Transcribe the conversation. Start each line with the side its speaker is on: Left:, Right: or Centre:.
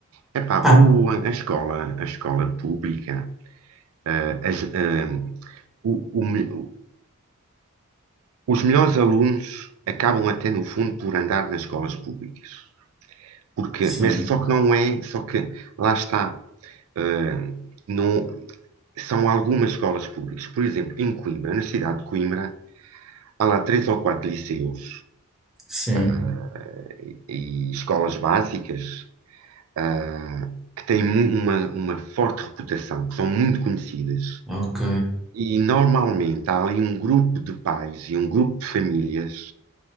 Right: Epá,
Centre: Pá,
Right: o, a escola, a escola pública, ah, as- ah, o- o me- os melhores alunos acabam até no fundo por andar nas escolas públicas. Porque,
Centre: sim,
Right: mas só que não é, só que lá está, ah, não, são algumas escolas públicas. Por exemplo, em Coimbra, na cidade de Coimbra, há lá três ou quatro liceus
Centre: sim,
Right: eh, e escolas básicas ah, que têm mu- uma, uma forte reputação, que são muito conhecidas.
Centre: ok.
Right: E normalmente há ali um grupo de pais e um grupo de famílias